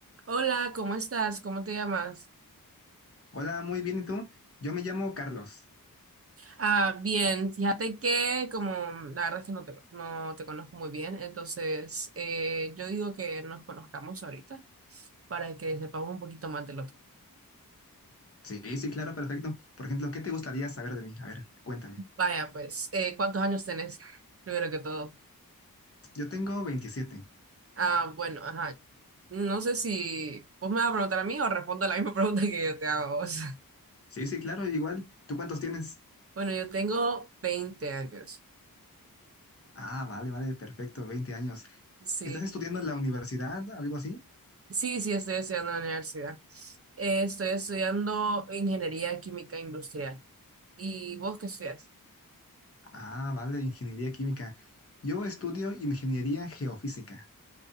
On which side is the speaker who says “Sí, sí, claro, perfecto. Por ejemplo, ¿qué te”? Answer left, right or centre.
Left